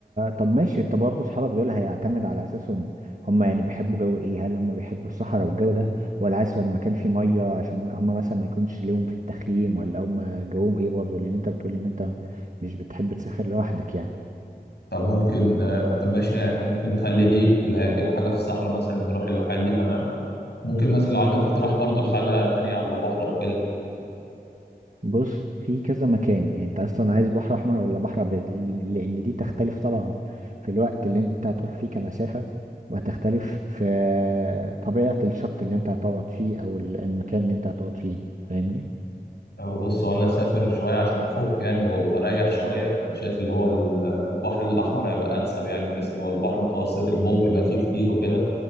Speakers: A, on the right (about 50°); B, on the left (about 80°).
A: طب ماشي انت برضه اصحابك دول هيعتمد على اساسهم هم يعني بيحبوا جو ايه هل هم بيحبوا الصحراء والجو ده ولا عايز يبقى مكان فيه ميه عشان هم مثلا ما يكونش ليهم في التخييم ولا هم جوهم ايه برضه لان انت بتقول ان انت مش بتحب تسافر لوحدك يعني
B: طب ممكن آه، طب ماشي يعني ممكن نخلي دي اللي هي كده حاجه في الصحراء مثلا نروح الواحات دي تمام ممكن مثلا لو عندك اقتراح برضو لحاجه تانية على البحر او كده
A: بص في كذا مكان يعني انت اصلا عايز بحر احمر ولا بحر ابيض ل- لان دي تختلف طبعا في الوقت اللي انت هتروح فيه كمسافة وهتختلف في طبيعة الشط اللي انت هتقعد فيه او ال- المكان اللي انت هتقعد فيه فاهمني
B: أو بص هو أنا سافر شوية عشان أفك يعني و- وأريح شوية فشايف اللي هو ال- البحر الأحمر هيبقى أنسب يعني بحيث اللي هو البحر المتوسط الموج بيبقى فيه كتير وكده